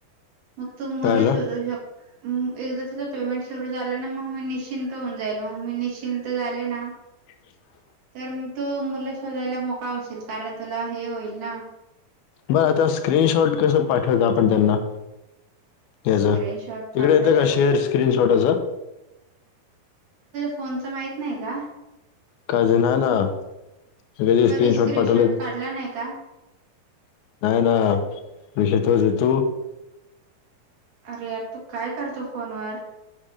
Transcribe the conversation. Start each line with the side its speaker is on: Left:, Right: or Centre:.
Right: मग तू मुला
Left: कळालं
Right: शोधू शक एकदा तच पेमेंट सुरू झालं ना, मी निश्चिंत होऊन जाईल मग मी निश्चिंत झाले ना,
Left: ह <inaudible>
Right: तर मग तू मुला शोधायला मोकळा होशील. कारण तुला हे होईल ना,
Left: बरं आता स्क्रीनशॉट कसं पाठवत आपण त्यांना? याच
Right: स्क्रीनशॉट
Left: तिकडे
Right: पाठवायचा
Left: येतं का
Right: कस
Left: शेअर स्क्रीनशॉटचा?
Right: फोनचं माहित नाही का
Left: काझ ना ना, सळग ते
Right: तू
Left: स्क्रीनशॉट
Right: कधी
Left: पाठवलं.
Right: काढला नाही का
Left: नाही ना, विषय तोज तोज हे तो
Right: अरे यार तू काय करतो फोनवर?